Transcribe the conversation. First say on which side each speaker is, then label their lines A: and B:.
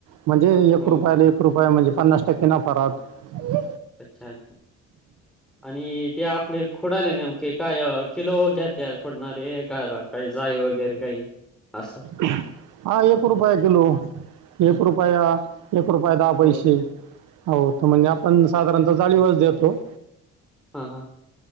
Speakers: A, on the right; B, in the centre.
A: म्हणजे एक
B: हो
A: रुपयाला
B: का
A: एक रूपया म्हणजे पन्नास टक्के नफा राहतं.
B: अच्छा, आणि ते आपले खो <unintelligible> काय किलो घेत्यात फोडणारे? काय का काही <unintelligible> वगैरे काही असं.
A: हा एक रुपया किलो. एक रुपया एक रुपये दहा पैसे
B: हो
A: हो तर म्हणजे आपण साधारणतः <unintelligible> देतो.
B: हा ह,